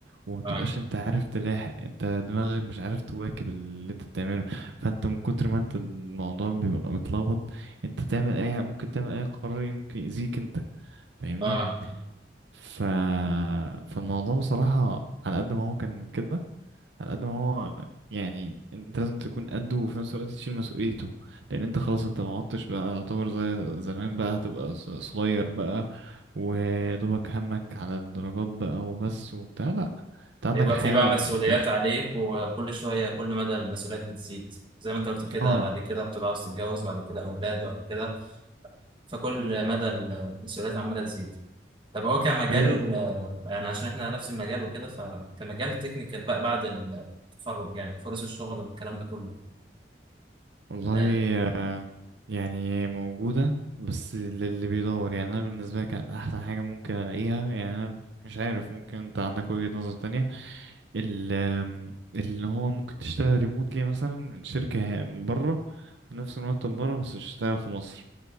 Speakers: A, on the right; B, on the right.
A: ومتبقاش
B: اه
A: انت عارف تلاحق انت دماغك مش عارف تواكب اللي انت بتعمله فانت من كتر ما انت الموضوع بيبقى متلخبط انت تعمل اي حاجة- ممكن تعمل اي قرار يمكن يأذيك انت فاهمني
B: اه
A: ف... فالموضوع بصراحة على قد ما هو كان كده على قد ما هو يعني انت لازم تكون قده وفي نفس الوقت تشيل مسؤوليته لان انت خلاص انت ما عدتش بقى يعتبر زي زمان بقى هتبقى ص- صغير بقى ودوبك همك على الدرجات بقى وبس وبتاع لا انت عندك
B: هيبقى
A: حياة
B: في بقى
A: بقى
B: مسؤوليات
A: المفروض تعيش
B: عليك وكل شوية كل مدى المسؤوليات بتزيد زي ما انت قلت كده
A: اه
B: بعد كده بتبقى عاوز تتجوز بعد كده أولاد بعد كده فكل
A: مم.
B: مدى المسؤوليات عمالة تزيد طب هو كمجال
A: ايوه
B: آه، يعني عشان احنا نفس المجال وكده فكمجال تكنيكال بقى بعد التخرج يعني فرص الشغل والكلام ده كله
A: والله
B: آه،
A: آه، يعني موجودة بس للي بيدور يعني أنا بالنسبة لي كانت أحسن حاجة ممكن ألاقيها يعني أنا مش عارف ممكن أنت عندك وجهة نظر تانية ال- آم، اللي هو ممكن تشتغل ريموتلي مثلا من شركة ه- من بره بنفس المرتب بره بس تشتغل في مصر